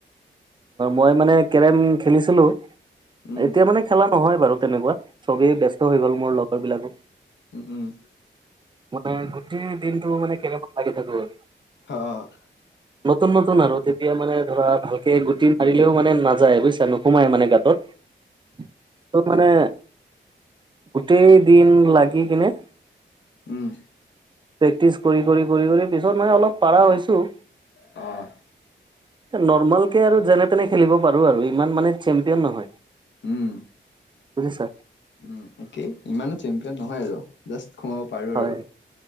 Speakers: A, on the right (about 25°); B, on the left (about 65°).
A: মই মানে কেৰম খেলিছিলো
B: উম
A: এতিয়া, মানে খেলা নহয় বাৰু তেনেকুৱা। চবেই ব্যস্ত হৈ গ'ল মোৰ লগৰ বিলাকো।
B: উম, উম।
A: মানে গোটেই দিনটো মানে কেৰেমত লাগি থাকো।
B: অ'
A: নতুন নতুন আৰু তেতিয়া মানে ধৰা ভালকে গুটি মাৰিলেও মানে নাযায় বুজিছানো- সোমাই মানে গাতত। ত মানে গোটেই দিন লাগি কিনে।
B: উম।
A: প্ৰেক্টিচ কৰি কৰি কৰি কৰি পিছত মানে অলপ পাৰা হৈছোঁ।
B: অ'
A: নৰমেলকে আৰু যেনে তেনে খেলিব পাৰোঁ আৰু ইমান মানে চেম্পিয়ন নহয়।
B: উম,
A: বুজিছা
B: উম, একেই ইমানো চেম্পিয়ন নহয় আৰু। জাষ্ট সোমাব পাৰোঁ
A: হয়।
B: আৰু।